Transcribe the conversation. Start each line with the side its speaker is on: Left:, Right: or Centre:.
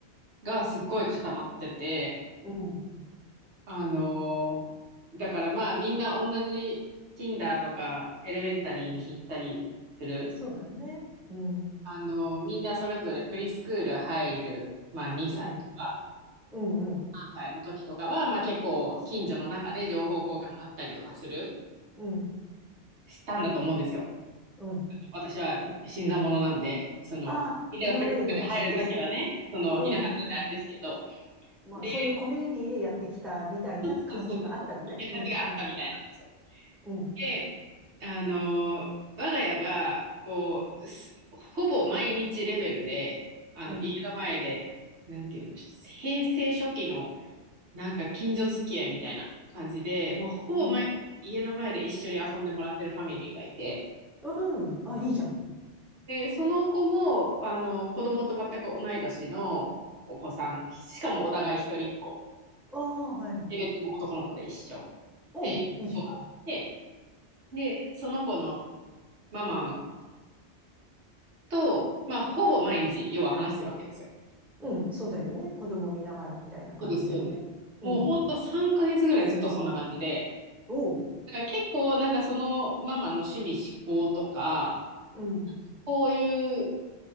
Right: がすっごい固まってて、
Centre: うん。
Right: あのーだからまあみんな同じ Kinder とかエレメンタリーに行ったりする。
Centre: そうだね。うん、
Right: あのーみんなそれぞれプリスクール入る、まあ2歳とか
Centre: うん、うん、うん、
Right: 3歳の時とかは、まあ結構近所の中で情報交換があったりとかする、
Centre: うん、
Right: したんだと思うんですよ。
Centre: うん。
Right: 私は新参者なんで、その、
Centre: ああ、
Right: みんながプレスクで入るときはね、
Centre: 今までもずっと、
Right: その、
Centre: うん、
Right: いなかったんであれですけど、
Centre: うん。まあ、
Right: で、
Centre: そういうコミュニティでやってきたみたいな感じがあったのね。
Right: そうそうそうそう、みんな感じがあったみたいなんですよ。
Centre: うん、うん、うん、
Right: で、あのー、我が家が、こう、すほぼ毎日レベルで、あの、
Centre: うん。
Right: 家の前で、なんていうの、平成初期の、なんか近所付き合いみたいな感じで、もうほぼ毎日家の前で一緒に遊んでもらってるファミリーがいて、
Centre: うんうん。あ、いいじゃん。
Right: で、その子も、あの、子供と全く同い年のお子さん、しかもお互い一人っ子。
Centre: ああ、はいはい。
Right: 性別も男の子で一緒。っていう子があって、
Centre: うん、いいじゃん。
Right: で、その子のママと、まあ、ほぼ毎日、要は話してるわけですよ。
Centre: うん、そうだよね。子供見ながらみたいな感じでもね。
Right: そうです、そうです。もうほんと3ヶ月ぐらいずっとそんな感じで、
Centre: うん。おう。
Right: だから結構なんかそのママの趣味嗜好とか、
Centre: うん。
Right: こういう